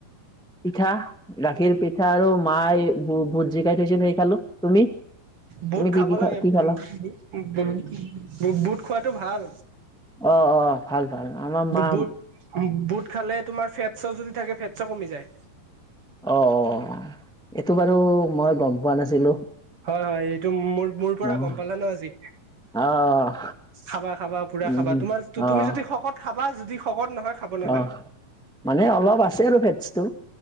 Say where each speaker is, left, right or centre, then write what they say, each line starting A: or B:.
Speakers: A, in the centre; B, on the right.
A: পিঠা, গাখীৰ পিঠা আৰু মাই ভুট জিকাই থৈছিল সেই খালো। তুমি?
B: বুট
A: তুমি কি
B: খাব
A: কি খা
B: লাগে
A: কি খালা?
B: উম উম উম বু বুট খোৱাটো ভাল
A: অ অ ভাল ভাল আমাৰ মা
B: বুট বুট খালে তোমাৰ ফেটছও যদি থাকে ফেটছও কমি যায়
A: অ অ এইটো বাৰু মই গম পোৱা নাছিলো
B: হয় হয় এইটো মোৰ মোৰ পৰা
A: অ',
B: গম পালা ন আজি
A: অ',
B: খাবা খাবা পুৰা
A: উম,
B: খাবা তোমাৰ
A: অ',
B: তুমি যদি শকত খাবা যদি শকত নহয় খাব নালাগে
A: অ মানে অলপ আছে আৰু ফেটছ উ